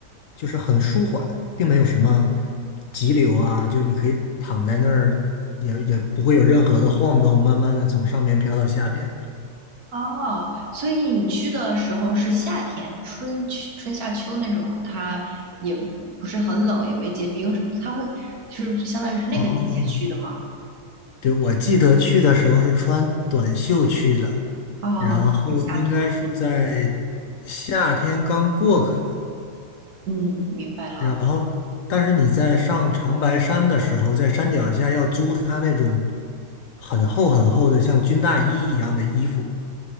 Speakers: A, on the left (about 65°); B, on the right (about 70°).
A: 就是很舒缓，并没有什么急流啊，就你可以躺在那儿，也也不会有任何的晃动，慢慢的从上面飘到下边。
B: 哦，所以你去的时候是夏天，春秋春夏秋那种，它也不是很冷，也没结冰什么的它会就是相当于是那个季节去的吗？
A: 哦，对，我记得去的时候是穿短袖去的，
B: 哦，
A: 然后嗯应该是在夏天刚过可能，
B: 是夏天。嗯，明白了。
A: 然后但是你在上长白山的时候，在山脚下要租他那种很厚很厚的像军大衣一样的衣服。